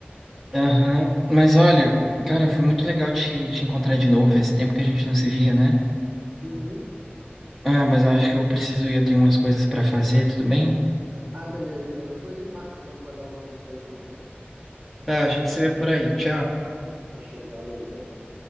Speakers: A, in the centre; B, on the right.
A: Aham, Mas olha, cara, foi muito legal te, te encontrar de novo. Faz tempo que a gente não se via, né?
B: Uhum.
A: Ah, mas eu acho que eu preciso ir, eu tenho umas coisas pra fazer, tudo bem?
B: Ah, beleza, então. Depois a gente marca, então, pra dar ouvir música junto, então.
A: Tá, a gente se vê por aí. Tchau.
B: Fechou, valeu, tchau, tchau.